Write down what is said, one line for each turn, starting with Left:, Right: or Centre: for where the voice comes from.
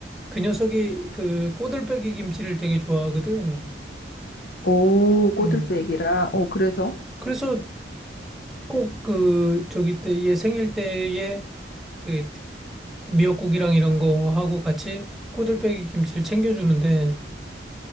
Centre: 그 녀석이 그 꼬들빼기 김치를 되게 좋아하거든.
Left: 오,
Centre: 음.
Left: 꼬들빼기라. 어, 그래서?
Centre: 그래서 꼭 그 저기 때 얘 생일 때에 그 미역국이랑 이런 거 하고 같이 꼬들빼기 김치를 챙겨주는데